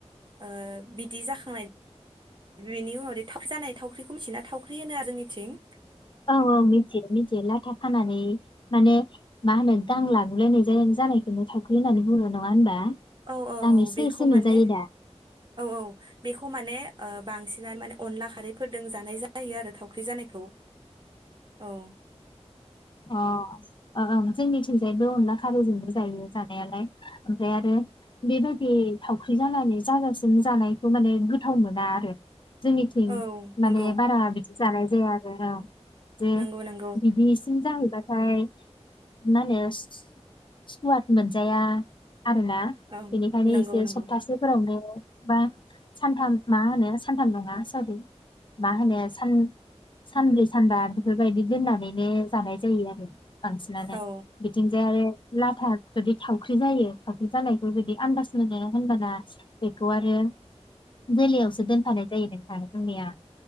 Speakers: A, on the right; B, on the left.
A: ओ बिदि जाखांनाय बिनि उनाव थावख्रि जानाय थावख्रिखौ मिथिनायो थावख्रि होनो आरो जोंनिथिं
B: औ औ मिनथियो मिनथियो नाथाय फाननानै माने मा होनो गां लागुलायनाय जा जानायखौनो थावख्रि होननानै बुङो नङा होनबा
A: औ औ
B: गां
A: औ
B: एसे
A: बेखौ
B: एसे
A: माने
B: नुजायो दा
A: औ औ बेखौ माने ओ बांसिनानो माने अनला खारैफोरदों जानाय जायो आरो थावख्रि जानायखौ औ
B: अ अ अ जोंनिथिंजायबो अनला खारैजोंबो जायो जानायालाय ओमफ्राय आरो बेबायदि थावख्रि जानानै जागासिम जानायखौ माने गोथाव मोना आरो जोंनिथिं
A: औ नंगौ
B: माने बारा बिदि जानाय जाया आरो औ जे
A: नंगौ नंगौ
B: बिदि जाहैबाथाय मा होनो सुवाद मोनजाया आरोना
A: औ
B: बेनिखायनो
A: नंगौ
B: एसे
A: नंगौ
B: सपतासेफोरावनो बा सानथाम मा होनो सानथाम नङा सरि मा होनो सान सानब्रै सानबा बेफोरबायदि दोननानैनो जानाय जायो आरो बांसिनानो
A: औ
B: बिथिंजाय आरो लाथा जुदि थावख्रि जायो थावख्रि जानायखौ जुदि आनदाज मोनो होनबा ना बे खौ आरो जोलैयावसो दोनफानाय जायो नोंथां जोंनिया।